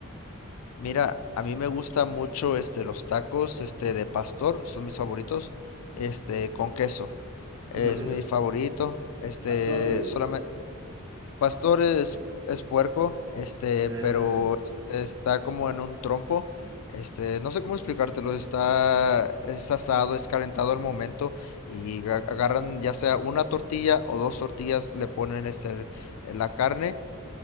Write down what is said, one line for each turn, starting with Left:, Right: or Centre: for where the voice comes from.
Left: Mira, a mí me gusta mucho este los tacos este de pastor, son mis favoritos, este con queso.
Right: ¿Cómo
Left: Es
Right: es eso?
Left: mi favorito. Este
Right: ¿Pastor qué es?
Left: solamente pastor es es puerco, este,
Right: Ah,
Left: pero este, está como en un trompo. Este, no sé cómo explicártelo, está es asado, es calentado al momento y ga- agarran ya sea una tortilla o dos tortillas, le ponen este la carne